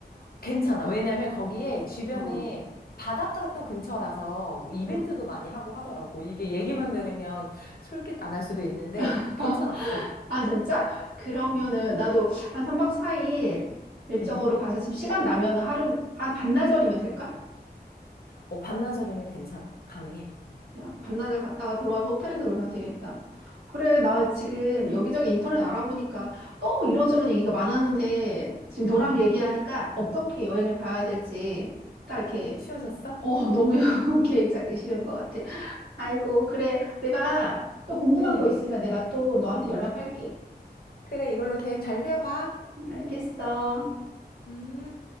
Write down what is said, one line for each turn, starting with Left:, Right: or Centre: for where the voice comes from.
Left: 괜찮아. 왜냐면 거기에 주변에
Right: 어,
Left: 바닷가 또 근처라서 뭐 이벤트도
Right: 응.
Left: 많이 하고 하더라고. 이게 얘기만 들으면 솔깃 안 할 수도 있는데
Right: <laughs>
Left: 괜찮았어.
Right: 아, 진짜? 그러면은
Left: 어.
Right: 나도 한 3박 4일
Left: <laughs>
Right: 일정으로
Left: 음.
Right: 가서 지금 시간 나면은 하루, 한 반나절이면 될까?
Left: 어, 반나절이면 괜찮아. 가능해.
Right: 그냥 반나절 갔다가 들어와서 호텔에서 놀면 되겠다. 그래, 나 지금
Left: 음.
Right: 여기저기 인터넷 알아보니까 너무 이런저런 얘기가 많았는데 지금 너랑
Left: 음.
Right: 얘기하니까 어떻게 여행을 가야 될지 딱 이렇게,
Left: 쉬워졌어?
Right: 어, 너무 <laughs> 계획 잡기 쉬운 것 같아. 아이고, 그래. 내가 또 궁금한
Left: 음.
Right: 거 있으면 내가 또 너한테 연락할게.
Left: 그래, 이걸로 계획 잘 세워봐.
Right: 알겠어.
Left: 음.